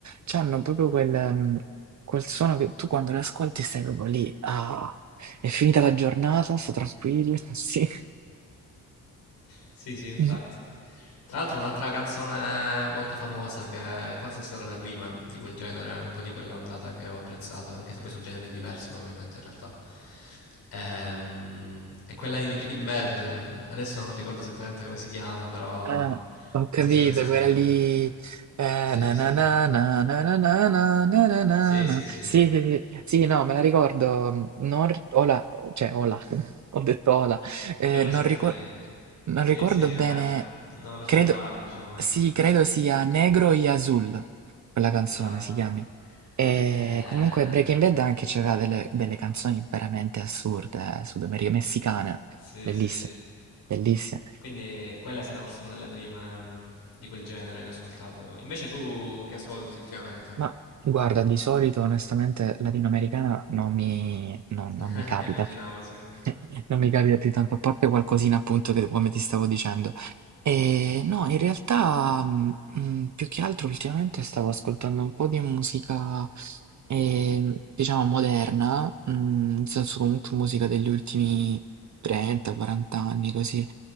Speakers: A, on the right; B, on the left.
A: C'hanno proprio quel, mh, quel suono che tu quando le ascolti stai proprio lì, ah, è finita la giornata, sto tranquillo, <laughs> sì.
B: Sì, sì, infatti.
A: Mm.
B: Tra l'altro un'altra canzone molto famosa che forse è stata la prima di quel genere, un po' di quella ondata che ho apprezzato, anche se poi sono generi diversi probabilmente in realtà. Ehm, è quella di Breaking Bad. Adesso non ricordo esattamente come si chiama, però
A: Ah,
B: non
A: ho capito,
B: so se è presente.
A: quella lì. eh,
B: Sì,
A: na
B: sì.
A: na na na na na na na na na na
B: Sì,
A: na.
B: sì, sì.
A: Sì, sì, sì, Sì, no, me la ricordo. Non... ri- Ola, cioè, ola, <laughs> ho detto ola. Eh,
B: Credo
A: non
B: si chiami...
A: ricor- non
B: Sì,
A: ricordo
B: sì, vabbè,
A: bene,
B: un nome particolare,
A: credo,
B: diciamo,
A: sì,
B: ecco.
A: credo sia Negro y Azul, quella canzone
B: Esatto.
A: si chiami. E
B: Eh...
A: comunque Breaking Bad anche c'era delle, delle canzoni veramente assurde, eh, sudameric- messicane,
B: Sì,
A: bellissime,
B: sì.
A: bellissime.
B: Quindi quella è stata forse una delle prime mh, di quel genere che ho ascoltato. Invece tu che ascolti ultimamente?
A: Ma guarda, di solito onestamente latinoamericana non mi, non- non
B: <laughs>
A: mi capita,
B: Immaginavo, sì.
A: <laughs> non mi capita più tanto, a parte qualcosina appunto che come ti stavo dicendo. E no, in realtà mm, mm, più che altro ultimamente stavo ascoltando un po' di musica, eh, diciamo, moderna, mm, nel senso comunque musica degli ultimi 30-40 anni, così.